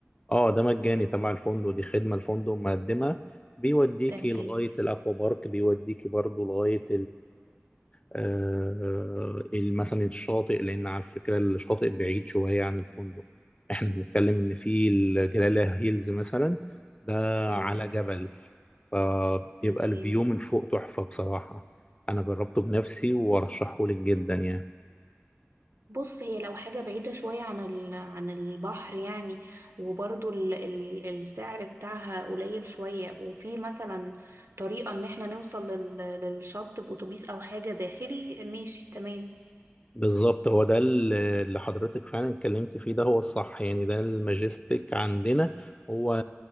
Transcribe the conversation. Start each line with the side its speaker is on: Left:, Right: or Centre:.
Left: اه ده مجاني تبع الفندق دي خدمة الفندق مقدمها بيوديكي
Right: تمام
Left: لغاية الأكوا بارك بيوديكي برضه لغاية آه، مثلا الشاطئ لان على فكره الشاطئ بعيد شويه عن الفندق احنا بنتكلم ان في الجلاله هيلز مثلا ده
Right: تمام
Left: على جبل فبيبقى
Right: تمام
Left: الفيو من فوق تحفه بصراحه انا جربته بنفسي وارشحه لك جدا يعني
Right: بص هي لو حاجة بعيدة شوية عن ال... عن البحر يعني وبرضو ال... ال... السعر بتاعها قليل شوية وفي مثلا طريقة إن احنا نوصل لل... للشط بأتوبيس أو حاجة داخلي ماشي تمام
Left: بالظبط هو ده ال- اللي حضرتك فعلا اتكلمت فيه ده هو الصح يعني ده الماجستيك عندنا هو